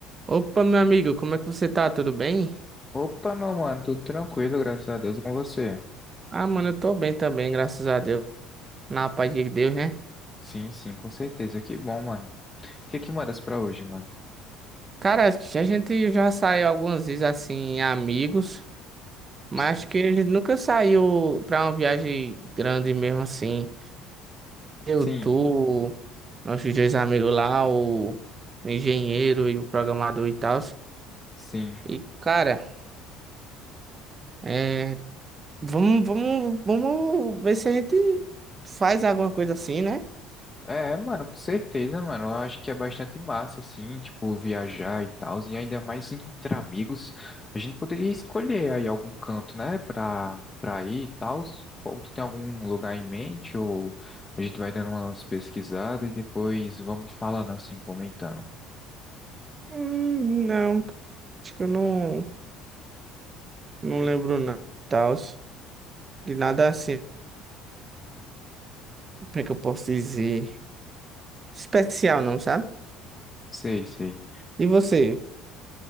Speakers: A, on the right; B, on the left.
A: Opa, meu amigo, como é que você tá? Tudo bem?
B: Opa, meu mano, tudo tranquilo, graças a Deus com você.
A: Ah, mano, eu tô bem também, graças a Deus. Na paz de Deus, né?
B: Sim, sim, com certeza. Que bom, mano. O que que mandas pra hoje, mano?
A: Cara, a gente já saiu algumas vezes assim, amigos, mas
B: Sim.
A: acho que a gente nunca saiu pra uma viagem grande mesmo assim. Eu,
B: Sim,
A: tu, nossos dois amigos lá, o engenheiro e o programador e tal.
B: sim.
A: E, cara, é... vamos, vamos, vamos ver se a gente faz alguma coisa assim, né?
B: É, mano, com certeza, mano. Eu acho que é bastante massa, assim, tipo, viajar e tal. E ainda mais entre amigos. A gente poderia escolher aí algum canto, né, pra, pra ir e tal. Qual, tu tem algum lugar em mente? Ou a gente vai dando umas pesquisadas e depois vamos falando assim, comentando.
A: Hum, não, acho que eu não. Não lembro não, tal, de nada assim, como é que eu posso dizer? Especial não, sabe?
B: Sei, sei.
A: E você?